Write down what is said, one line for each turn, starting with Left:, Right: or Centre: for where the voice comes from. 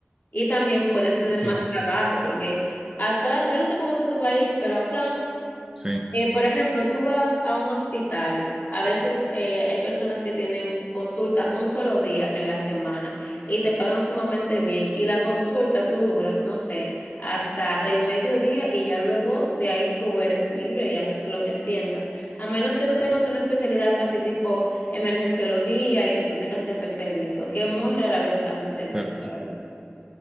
Left: Y también puedes tener más
Right: claro.
Left: trabajo, porque acá, yo no sé cómo es en tu país, pero acá...
Right: Sí,
Left: Eh, por ejemplo, tú vas a un hospital. A veces eh, hay personas que tienen consulta un solo día en la semana y te pagan sumamente bien. Y la consulta tú duras, no sé, hasta el mediodía y ya luego de ahí tú eres libre y haces lo que entiendas. A menos que tú tengas una especialidad así tipo emergenciología y que tú tengas que hacer servicio, que muy rara vez hacen servicio,
Right: exacto.
Left: la verdad.